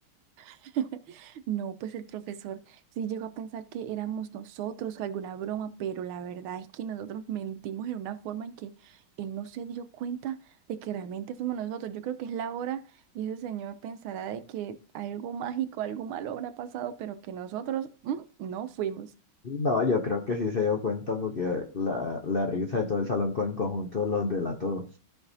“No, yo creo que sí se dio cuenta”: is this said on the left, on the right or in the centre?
Left